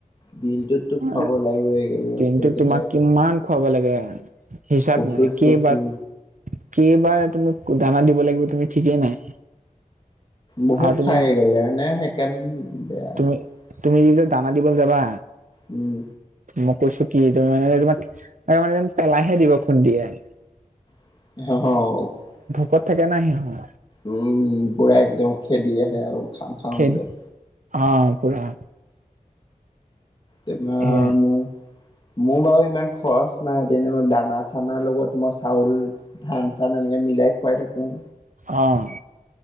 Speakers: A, on the left; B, on the right.
A: দিনটোততো
B: <inaudible>
A: খুৱাব লাগিবই একেলগে
B: দিনটোত
A: তেতিয়াহে
B: তোমাৰ
A: আকৌ
B: কিমান খোৱাব লাগে। হিচাপ
A: কচু
B: নাই
A: চচু
B: কেইবাৰ, কেইবাৰ তুমি দানা দিব লাগিব তুমি ঠিকেই নাই।
A: বহুত
B: আৰু তুমি
A: খাই গলে সেইকাৰন <unintelligible>
B: তুমি তুমি যেতিয়া দানা দিবলে যাবা।
A: উম।
B: মই কৈছোঁ কি তুমি মানে তোমাক, মানে যেন পেলাইহে দিব খুন্দিয়াই।
A: <inaudible>
B: কত থাকে না সিহঁত।
A: উম, পুৰা একদম খেদি আহে আৰু খাওঁ খাওঁকে।
B: খেদ অ', পুৰা।
A: তাপা
B: সেয়াই
A: মো, মোৰ বাৰু ইমান খৰচ নাই তেনেকুৱা দানা চানাৰ লগত মই চাউল, ধান চান এনেকে মিলাই খোৱাই থাকোঁ।
B: অ'।